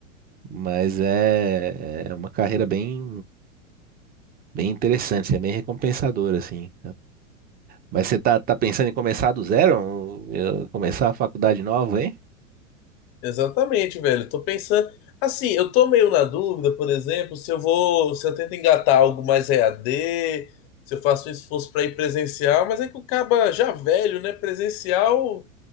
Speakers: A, on the right; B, on the left.
A: Mas é, é uma carreira bem, bem interessante, é bem recompensadora, assim. Mas você tá, tá pensando em começar do zero? Eu- Começar a faculdade nova, hein?
B: Exatamente, velho. Tô pensando. Assim, eu tô meio na dúvida, por exemplo, se eu vou, se eu tento engatar algo mais EAD, se eu faço um esforço pra ir presencial, mas é que o caba já velho, né? Presencial,